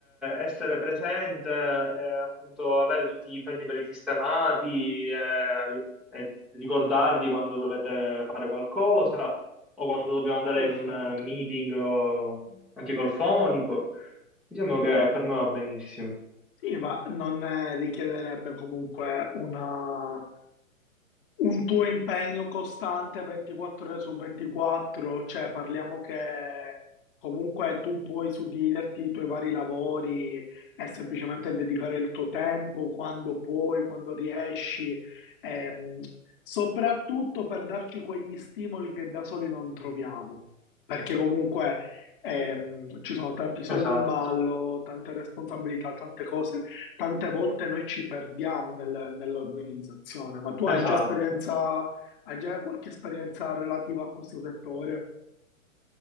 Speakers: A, in the centre; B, on the left.
A: essere presente e appunto avere tutti gli impegni presistemati e, e ricordarvi quando dovete fare qualcosa o quando dobbiamo andare
B: perfetto.
A: in un eh, meeting o anche col fonico. Diciamo che per me va benissimo.
B: Sì, ma non eh, richiederebbe comunque una- un tuo impegno costante 24 ore su 24, cioè parliamo che comunque tu puoi suddividerti i tuoi vari lavori e semplicemente dedicare il tuo tempo quando puoi, quando riesci, ehm, soprattutto per darci quegli stimoli che da soli non troviamo, perché comunque ehm, ci sono tanti soldi
A: Esatto,
B: in ballo, tante responsabilità, tante cose tante volte noi ci perdiamo nel- nell'organizzazione, ma tu hai
A: esatto.
B: già esperienza, hai già qualche esperienza relativa a questo settore?